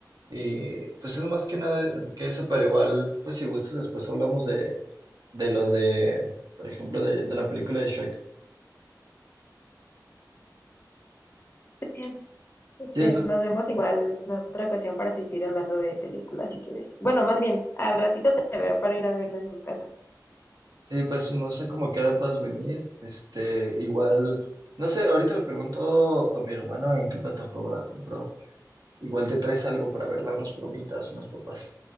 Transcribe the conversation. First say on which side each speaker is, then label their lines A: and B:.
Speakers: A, on the right; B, on the left.
A: Y pues es más que nada que eso, pero igual, pues si gustas, después hablamos de, de lo de, por ejemplo, de, de la película de Shrek.
B: Bien. Este,
A: Sí, pues,
B: nos vemos igual en otra ocasión para seguir hablando de películas si quieres. Bueno, más bien, al ratito te veo para ir a verla en tu casa.
A: sí, pues no sé cómo que ahora puedas venir. Este, igual, no sé, ahorita le pregunto a mi hermano en qué plataforma la compró. Igual te traes algo para verla, unas palomitas, unas papas,